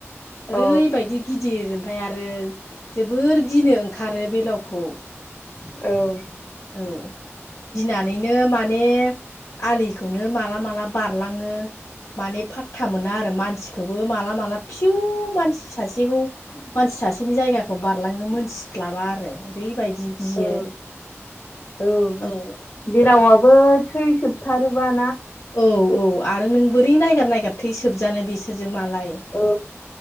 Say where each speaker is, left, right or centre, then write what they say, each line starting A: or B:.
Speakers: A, on the left; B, on the left.
A: औ
B: ओरैबायदि गिदिर फाय आरो जोबोर गिनो ओंखारो बेलावखौ
A: औ
B: औ गिनानैनो माने आलिखौनो माला माला बारलाङो माने फाथथा मोना आरो मानसिखौबो माला माला फिउ मानसि सासेखौ मानसि सासेनि जायगाखौ बारलाङो मोनथिस्लाबा आरो ओरैबायदि गियो।
A: औ औ
B: औ
A: बेलावाबो थै सोबथारोबा।
B: औ औ आरो नों बोरै नायगार नायगिर थै सोबजानो बिसोरजों। मालाय
A: औ